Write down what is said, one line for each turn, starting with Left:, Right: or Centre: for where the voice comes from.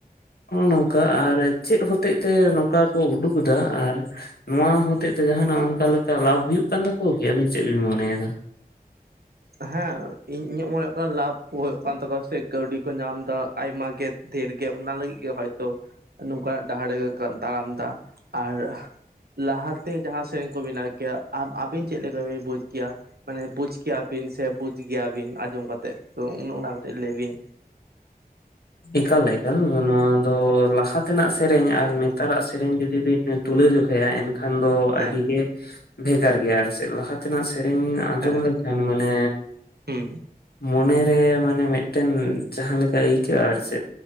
Left: ᱦᱚᱸᱜᱼᱚ ᱱᱚᱝᱠᱟ ᱟᱨ ᱪᱮᱫ ᱦᱚᱛᱮᱡ ᱛᱮ ᱱᱚᱝᱠᱟ ᱠᱚ ᱩᱰᱩᱠ ᱫᱟ ᱟᱨ ᱱᱚᱣᱟ ᱦᱚᱛᱮᱡ ᱛᱮ ᱡᱟᱦᱟᱱᱟᱜ ᱚᱱᱠᱟ ᱞᱮᱠᱟ ᱞᱟᱵᱽ ᱦᱩᱭᱩᱜ ᱠᱟᱱ ᱛᱟᱠᱚᱣᱟ ᱠᱤ ᱟᱵᱤᱱ ᱪᱮᱫ ᱵᱤᱱ ᱢᱚᱱᱮᱭᱟᱫᱟ᱾
Right: ᱦᱮᱸ ᱤᱧ ᱤᱧᱟᱹᱜ ᱢᱚᱱᱮ ᱠᱟᱱᱟ ᱞᱟᱵᱷ ᱠᱚ ᱦᱩᱭᱩᱜ ᱠᱟᱱ ᱛᱟᱠᱚᱣᱟ ᱥᱮ ᱠᱟᱹᱣᱰᱤ ᱠᱚ ᱧᱟᱢ ᱫᱟ᱾ ᱟᱭᱢᱟ ᱜᱮ ᱫᱷᱮᱨ ᱜᱮ ᱚᱱᱟ ᱞᱟᱹᱜᱤᱫ ᱜᱮ ᱦᱚᱭᱛᱚ ᱱᱚᱝᱠᱟᱱᱟᱜ ᱰᱟᱦᱟᱨ ᱨᱮᱜᱮ ᱠᱚ ᱛᱟᱲᱟᱢ ᱮᱫᱟ ᱟᱨ ᱞᱟᱦᱟᱛᱮ ᱡᱟᱦᱟᱸ ᱥᱮᱨᱮᱧ ᱠᱚ ᱵᱮᱱᱟᱣ ᱠᱮᱭᱟ ᱟᱵᱤᱱ ᱪᱮᱫ ᱞᱮᱠᱟᱵᱤᱱ ᱵᱩᱡᱽ ᱠᱮᱭᱟ ᱢᱟᱱᱮ ᱵᱩᱡᱽ ᱠᱮᱭᱟ ᱵᱤᱱ ᱥᱮ ᱵᱩᱡ ᱜᱮᱭᱟ ᱵᱤᱱ ᱟᱸᱡᱚᱢ ᱠᱟᱛᱮᱫ ᱛᱚ ᱩᱱ ᱚᱱᱟ ᱠᱟᱹᱴᱤᱡ ᱞᱟᱹᱭ ᱵᱤᱱ᱾
Left: ᱮᱠᱟᱞ ᱮᱠᱟᱞ ᱱᱚᱣᱟ ᱫᱚ ᱞᱟᱦᱟ ᱛᱮᱱᱟᱜ ᱥᱮᱨᱮᱧ ᱟᱨ ᱱᱮᱛᱟᱨᱟᱜ ᱥᱮᱨᱮᱧ ᱡᱩᱫᱤ ᱵᱤᱱ ᱛᱩᱞᱟᱹᱡᱚᱠᱷᱟᱭᱟ ᱮᱱᱠᱷᱟᱱ ᱫᱚ
Right: ᱦᱮᱸ
Left: ᱟᱹᱰᱤ ᱜᱮ ᱵᱷᱮᱜᱟᱨ ᱜᱮᱭᱟ ᱟᱨ ᱪᱮᱫ ᱞᱟᱦᱟ ᱚᱱᱠᱟᱱᱟᱜ ᱥᱮᱨᱮᱧ ᱟᱸᱡᱚᱢ
Right: ᱦᱮᱸ
Left: ᱞᱮᱠᱷᱟᱱ ᱢᱟᱱᱮ
Right: ᱦᱩᱸ
Left: ᱢᱚᱱᱮ ᱨᱮ ᱢᱟᱱᱮ ᱢᱮᱫ ᱴᱮᱱ ᱡᱟᱦᱟᱸ ᱞᱮᱠᱟ ᱟᱹᱭᱠᱟᱹᱜᱼᱟ ᱟᱨ ᱪᱮᱫ